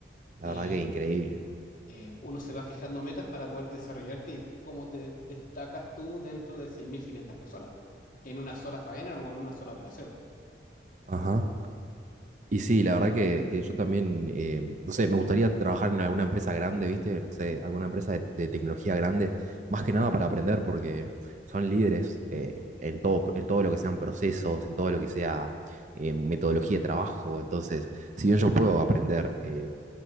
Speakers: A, on the right; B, on the left.
A: la
B: Y
A: verdad que increíble.
B: eh, uno se va fijando metas para poder desarrollarte y, y cómo te destacas tú dentro de 6.500 personas en una sola faena o en una sola operación.
A: Ajá. Y sí, la verdad que, que yo también, eh, no sé, me gustaría trabajar en alguna empresa grande, ¿viste? No sé, alguna empresa de, de tecnología grande, más que nada para aprender, porque son líderes eh, en todo, en todo lo que sean procesos, en todo lo que sea eh, metodología de trabajo. Entonces, si bien yo puedo aprender eh,